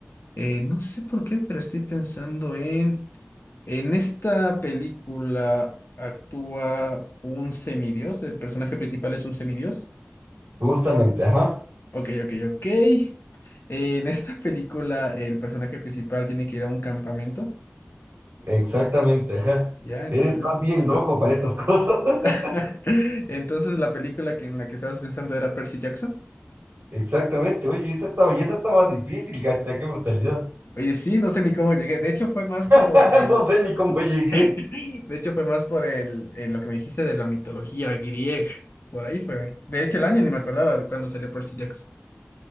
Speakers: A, on the left (about 60°); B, on the right (about 80°).
A: Eh, no sé por qué, pero estoy pensando en. En esta película actúa un semidios. El personaje principal es un semidios.
B: Justamente, ajá,
A: Ok, ok, ok. En esta película el personaje principal tiene que ir a un campamento.
B: exactamente, ajá.
A: Ya, entonces.
B: Eres estás bien loco para estas cosas. <laughs>
A: <laughs> Entonces la película que en la que estabas pensando era Percy Jackson.
B: Exactamente, oye, esa estaba, y esa estaba difícil, gacha, qué brutalidad.
A: Oye, sí, no sé ni cómo llegué. De hecho fue más por
B: <laughs>
A: el,
B: No sé ni cómo
A: <laughs>
B: llegué.
A: de hecho fue más por el, eh, lo que me dijiste de la mitología griega. Por ahí fue. De hecho el año ni me acordaba de cuándo salió Percy Jackson.